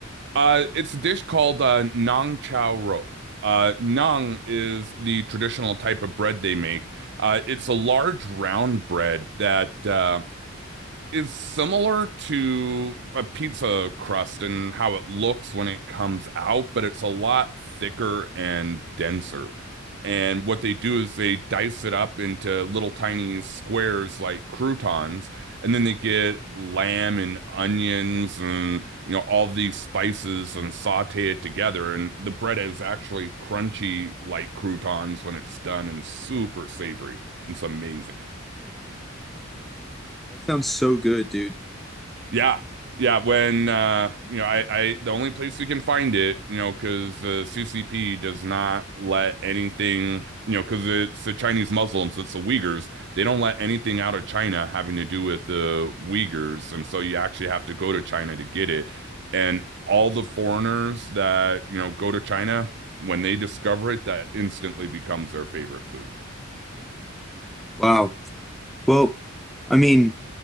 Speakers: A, on the right; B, in the centre.
A: Uh, it's a dish called uh, nang chao ro. Uh, nang is the traditional type of bread they make. Uh, it's a large round bread that uh, is similar to a pizza crust and how it looks when it comes out, but it's a lot thicker and denser. And what they do is they dice it up into little tiny squares like croutons, and then they get lamb and onions and you know all these spices and saute it together. And the bread is actually crunchy like croutons when it's done and super savory. It's amazing.
B: That sounds so good, dude.
A: Yeah. Yeah, when uh you know I I the only place we can find it, you know, because the CCP does not let anything, you know, because it's the Chinese Muslims, it's the Uyghurs, they don't let anything out of China having to do with the Uyghurs, and so you actually have to go to China to get it. And all the foreigners that, you know, go to China, when they discover it, that instantly becomes their favorite food.
B: Wow. Well, I mean,